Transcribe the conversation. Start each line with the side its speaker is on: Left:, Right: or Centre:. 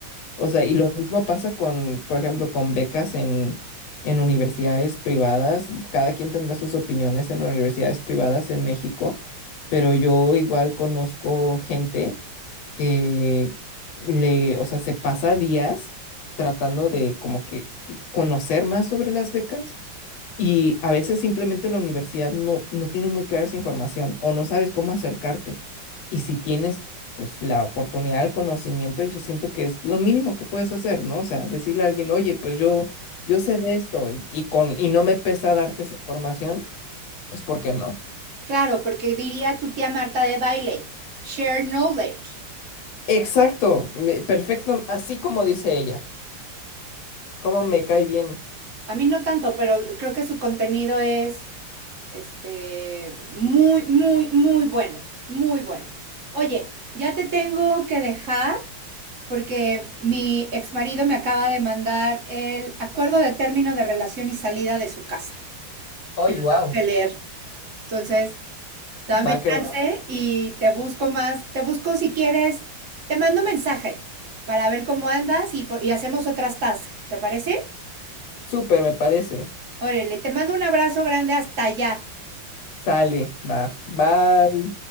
Left: O sea, y lo mismo pasa con, por ejemplo, con becas en, en universidades privadas. Cada quien tendrá sus opiniones en universidades privadas en México, pero yo igual conozco gente que le, o sea, se pasa días tratando de como que conocer más sobre las becas y a veces simplemente la universidad no, no tiene muy clara esa información o no sabes cómo acercarte. Y si tienes pues la oportunidad del conocimiento, yo siento que es lo mínimo que puedes hacer, ¿no? O sea, decirle a alguien, oye, pues yo, yo sé de esto y, con, y no me pesa darte esa información, pues ¿por qué no?
Right: Claro, porque diría tu tía Marta de baile, share knowledge.
Left: Exacto, me- perfecto, así como dice ella. ¿Cómo me cae bien?
Right: A mí no tanto, pero creo que su contenido es Este, muy, muy, muy bueno, muy bueno. Oye, ya te tengo que dejar porque mi exmarido me acaba de mandar el acuerdo de término de relación y salida de su casa.
Left: ¡Ay,
Right: Y lo
Left: wow!
Right: tengo que leer. Entonces, dame
Left: Va
Right: chance
Left: que va.
Right: y te busco más, te busco si quieres, te mando un mensaje para ver cómo andas y, por- y hacemos otras tasks. ¿Te parece?
Left: Súper, me parece.
Right: Órale, te mando un abrazo grande hasta allá.
Left: Sale, va. Bye.